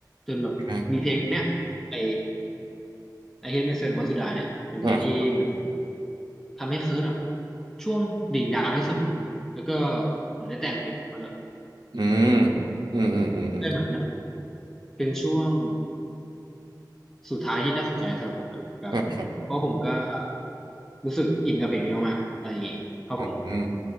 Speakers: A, in the centre; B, on the right (about 80°).
A: จนแบบมีเพลงเนี่ยไอ
B: อ่า
A: ไอเฮดเมสเซนวันสุดาเนี่ยเป็นเพลงที่เหมือน
B: อ่า
A: ทำให้เคิร์ตแบบช่วงดิ่งดาวที่สุดมั้งแล้วก็เหมือนได้แต่งเพลงนี้ขึ้นมาด้วย
B: อืมอืมอืมอืมอืม
A: ได้เหมือนแบบเป็นช่วงสุดท้ายที่น่าสนใจสำหรับผมนะแบบเพราะผมก็
B: อ่าครับ
A: รู้สึกอินกับเพลงนี้มากๆอะไรอย่างนี้ครับผม
B: อืมอืม